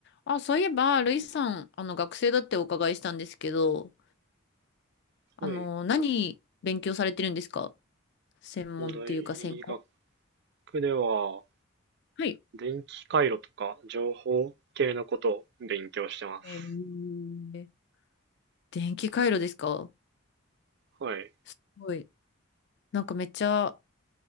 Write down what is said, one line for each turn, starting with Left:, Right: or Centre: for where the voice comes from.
Left: あ、そういえば、ルイさん、あの、学生だってお伺いしたんですけど、あの、
Right: はい。
Left: 何勉強されてるんですか専門というか専攻
Right: 大学では、
Left: はい。
Right: 電気回路とか情報系のことを勉強してます。
Left: えー、電気回路ですか
Right: はい。
Left: すごい。なんかめっちゃ、